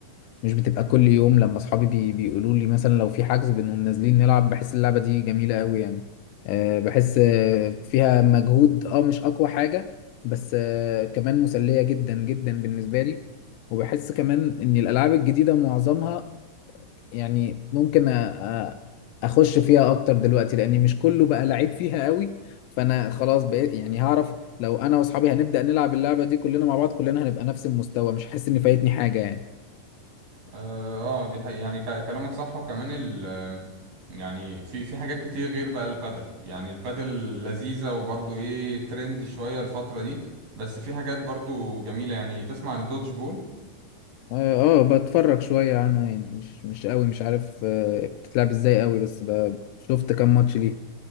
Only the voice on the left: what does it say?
مش بتبقى كل يوم لما أصحابي بي بيقولوا لي مثلا لو في حجز بنقوم نازلين نلعب بحس اللعبة دي جميلة قوي يعني آه، بحس آه، فيها مجهود اه مش أقوى حاجة بس آه، كمان مسلية جدا جدا بالنسبة لي وبحس كمان إن الألعاب الجديدة معظمها يعني ممكن أ- أ- اخش فيها اكتر دلوقتي لاني مش كله بقى لعيب فيها قوي فانا خلاص بقيت يعني هعرف لو انا واصحابي هنبدأ نلعب اللعبة دي كلنا مع بعض كلنا هنبقى نفس المستوى مش هحس ان فايتني حاجة يعني
اه آه، بتفرج شوية عنها يعني مش مش قوي مش عارف آه، بتتلعب ازاي قوي بس ب- شفت كام ماتش ليها